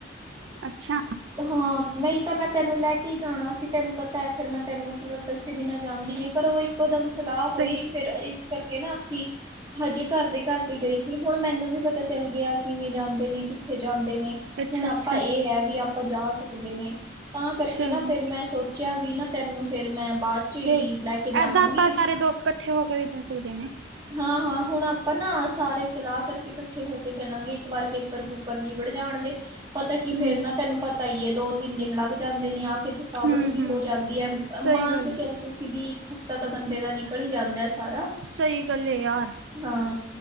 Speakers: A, on the right (about 80°); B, on the right (about 20°).
A: ਅੱਛਾ
B: ਹਾਂ ਨਹੀਂ ਤਾਂ ਮੈਂ ਤੈਨੂੰ ਲੈ ਕੇ ਹੀ ਜਾਣਾ ਸੀ ਤੈਨੂੰ ਪਤਾ ਹੈ ਫਿਰ ਮੈਂ ਤੈਨੂੰ ਦੱਸੇ ਬਿਨਾਂ ਜਾਂਣਦੀ ਨੀ ਪਰ ਉਹ ਇੱਕ ਇਕੋ ਦਮ ਸਲਾਹ
A: ਸਹੀ
B: ਹੋਈ ਫਿਰ ਇਸ ਕਰਕੇ ਨਾ ਅਸੀਂ ਹਜੇ ਘਰ ਦੇ ਘਰ ਦੇ ਗਏ ਸੀ ਹੁਣ ਮੈਨੂੰ ਵੀ ਪਤਾ ਚੱਲ ਗਿਆ ਕਿਵੇਂ ਜਾਂਦੇ ਨੇ ਕਿੱਥੇ ਜਾਂਦੇ ਨੇ
A: ਅੱਛਾ
B: ਹੁਣ ਆਪਾਂ
A: ਅੱਛਾ
B: ਇਹ ਹੈ ਵੀ ਆਪਾਂ ਜਾ ਸਕਦੇ ਨੇ ਤਾਂ ਕਰਕੇ
A: ਸਹੀ
B: ਨਾ ਫੇਿਰ
A: ਹੈ
B: ਮੈਂ ਸੋਚ ਪੁੱਛਿਆ ਵੀ ਨਾ ਤੈਨੂੰ ਫੇਿਰ ਮੈਂ ਬਾਅਦ ਚ ਹੀ
A: ਤੇ
B: ਲੈ ਕੇ ਜਾਵਾਂਗੀ
A: ਏਦਾਂ ਆਪਾਂ ਸਾਰੇ ਦੋਸਤ ਇਕੱਠੇ ਹੋ ਕੇ ਵੀ ਜਾ ਸਕਦੇ ਨੇ
B: ਹਾਂ ਹਾਂ ਹੁਣ ਆਪਾਂ ਨਾ ਸਾਰੇ ਸਲਾਹ ਕਰਕੇ ਇਕੱਠੇ ਹੋ ਕੇ ਚੱਲਾਂਗੇ ਇੱਕ ਵਾਰ ਪੇਪਰ ਪੂਪਰ ਨ ਨਿੱਬੜ ਜਾਣ ਦੇ ਪਤਾ ਕੀ
A: ਹਮ
B: ਫੇਰ ਨਾ ਤੈਨੂੰ ਪਤਾ ਹੀ ਹੈ ਦੋ ਤਿੰਨ ਦਿਨ ਲੱਗ ਜਾਂਦੇ ਨੇ ਆਹ ਕਿੱਥੇ ਥਕਾਵਟ
A: ਹਮ
B: ਵੀ
A: ਹਮ
B: ਹੋ ਜਾਂਦੀ ਹੈ
A: ਸਹੀ
B: ਮਾਨ
A: ਗੱਲ
B: ਕੇ
A: ਹੈ
B: ਚੱਲ ਤੂੰ ਕਿ ਵੀ ਹਫ਼ਤਾ ਤਾਂ ਬੰਦੇ ਦਾ ਨਿਕਲ ਹੀ ਜਾਂਦਾ ਹੈ ਸਾਰਾ
A: ਸਹੀ ਗੱਲ ਹੈ ਯਾਰ
B: ਹਾਂ